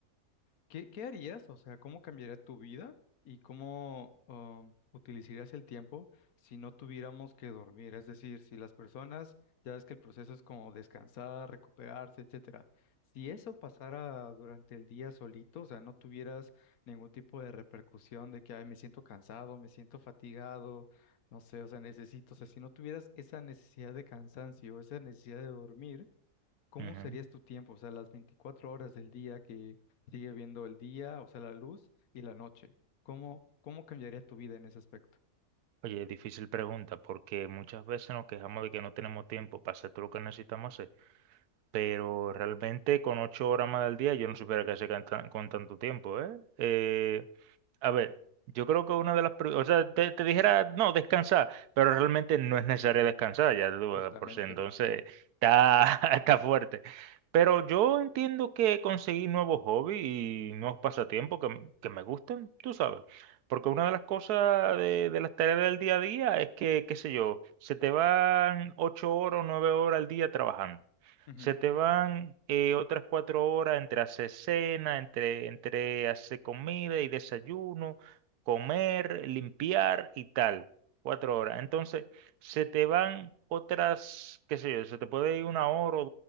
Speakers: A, on the left; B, on the right.
A: ¿Qué, qué harías? O sea, ¿cómo cambiaría tu vida y cómo um, utilizarías el tiempo si no tuviéramos que dormir? Es decir, si las personas, ya ves que el proceso es como descansar, recuperarse, etcétera. Si eso pasara durante el día solito, o sea, no tuvieras ningún tipo de repercusión de que, ay, me siento cansado, me siento fatigado, no sé, o sea, necesito, o sea, si no tuvieras esa necesidad de cansancio, esa necesidad de dormir ¿Cómo
B: Ujú.
A: serías tu tiempo? O sea, las 24 horas del día que sigue viendo el día, o sea, la luz y la noche. ¿Cómo, cómo cambiaría tu vida en ese aspecto?
B: Oye, difícil pregunta, porque muchas veces nos quejamos de que no tenemos tiempo para hacer todo lo que necesitamos hacer. Pero realmente con ocho horas más al día yo no supiera qué hacer con, tan- con tanto tiempo, ¿eh? Eh, a ver, yo creo que una de las... pri- O sea, te, te dijera, no, descansar, pero realmente no es necesario descansar, ya tú,
A: Justamente.
B: de por sí, entonces está, <laughs> está fuerte. Pero yo entiendo que conseguí nuevos hobbies y nuevos pasatiempos que, m- que me gusten, tú sabes. Porque una de las cosas de, de las tareas del día a día es que, qué sé yo, se te van ocho horas o nueve horas al día trabajando.
A: Ujú.
B: Se te van eh, otras cuatro horas entre hacer cena, entre, entre hacer comida y desayuno, comer, limpiar y tal. Cuatro horas. Entonces, se te van otras, qué sé yo, se te puede ir una hora o